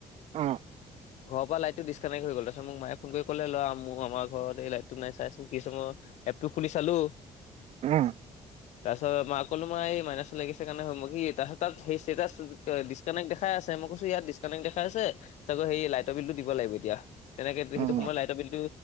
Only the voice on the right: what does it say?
অ',
অ',
অ',